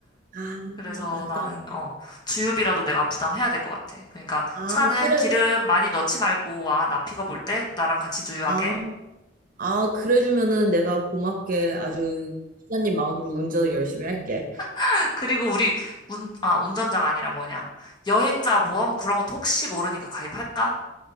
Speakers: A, on the right; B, on the left.
A: 아,
B: 그래서
A: 맞다.
B: 나는 어, 주유비라도 내가 부담해야 될 것 같아. 그러니까
A: 아,
B: 차는
A: 그래,
B: 기름
A: 그래.
B: 많이 넣지 말고 와. 나 픽업 올 때 나랑 같이 주유하게.
A: 아, 아, 그래주면은 내가 고맙게 아주 기사님 마음으로 운전을 열심히 할게.
B: <laughs> 그리고 우리 운, 아, 운전자가 아니라 뭐냐. 여행자 보험 그런 것도 혹시 모르니까 가입할까?